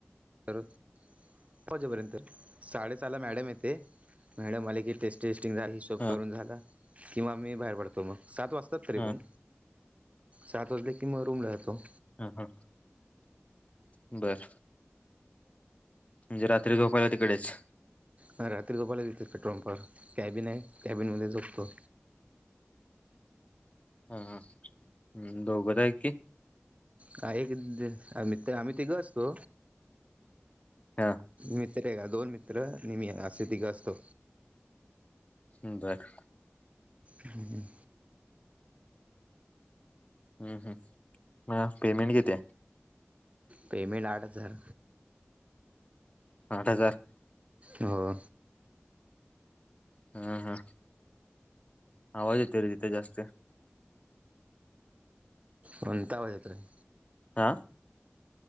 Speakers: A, on the right; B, on the left.
A: तर पाच वाजे पर्यंत साडेचाहाला मॅडम येते मॅडम मला की टेस्टी टेस्टिंग झालं तो
B: हा
A: करून झाला किंवा मी बाहेर पडतो मग सात वाजतात तरी
B: हा
A: पण. सात वाजलं की मग रूमला जातो.
B: हा, हा. बरं. म्हणजे रात्री झोपायला तिकडेचं.
A: हा रात्री झोपाला देतात पेट्रोल पंपवर कॅबिन आहे, कॅबिन मध्ये झोपतो.
B: हा, हा, दोघेचं आहे की?
A: हा एक मित्र <unintelligible> आम्ही तिघं असतो.
B: हा
A: मित्र आहे का दोन मित्र मी असे तिघं असतो.
B: हम्म, बरं.
A: हम्म, हम्म.
B: हम्म, हम्म, पेमेंट किती हाय?
A: पेमेंट आठ हजार
B: आठ हजार.
A: हो.
B: हा. हा. आवाज येतोय रे तिथं जास्त.
A: कोणता आवाज येतोयं?
B: हा.